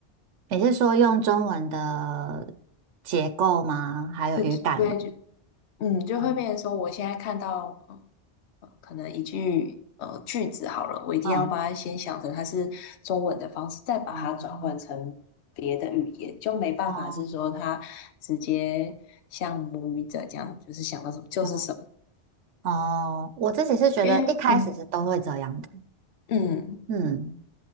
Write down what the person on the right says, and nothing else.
你是说用中文的结构吗？还有语感吗？
嗯
嗯
嗯
哦
哦哦，我自己是觉得一开始是都会这样的。
嗯